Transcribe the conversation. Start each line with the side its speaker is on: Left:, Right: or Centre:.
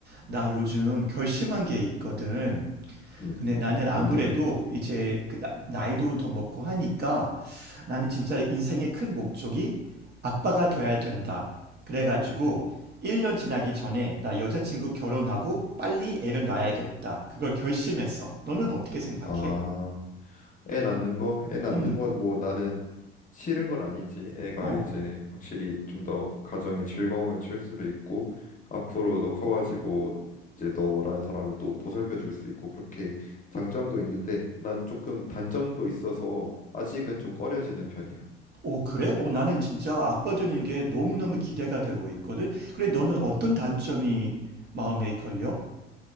Right: 나 요즘 결심한 게 있거든.
Left: 음,
Right: 근데 나는 아무래도
Left: 뭔데?
Right: 이제 그 나- 나이도 더 먹고 하니까 나는 진짜 인생의 큰 목적이 아빠가 돼야 된다. 그래가지고 1년 지나기 전에 나 여자친구 결혼하고 빨리 애를 낳아야겠다. 그걸 결심했어. 너는 어떻게 생각해?
Left: 아, 애 낳는 거? 애 낳는
Right: 음,
Left: 건 뭐 나는 싫은 건 아니지. 애가
Right: 어.
Left: 이제 확실히 좀 더 가정에 즐거움을 줄 수도 있고, 앞으로도 커가지고 이제 너라는 사람을 또 보살펴 줄 수 있고, 그렇게 장점도 있는데, 난 조금 단점도 있어서 아직은 좀 꺼려지는 편이야.
Right: 오, 그래? 어, 나는 진짜 아빠 되는 게 너무너무 기대가 되고 있거든. 그래, 너는 어떤
Left: 음, 음.
Right: 단점이 마음에 걸려?